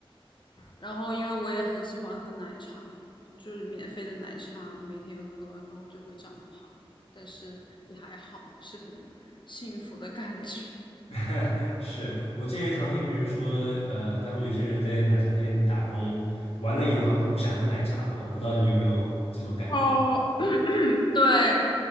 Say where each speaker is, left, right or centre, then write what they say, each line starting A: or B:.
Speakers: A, on the left (about 55°); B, on the left (about 85°).
A: 然后因为我也很喜欢喝奶茶，就是免费的奶茶每天喝，然后就会长胖，但是也还好，是很幸福的感觉。
B: <laughs> 是我之前常听别人说，呃，他们有些人在奶茶店打工，完了以后他们就不想喝奶茶了。我不知道你有没有这种感觉？
A: 哦，<coughs> 对，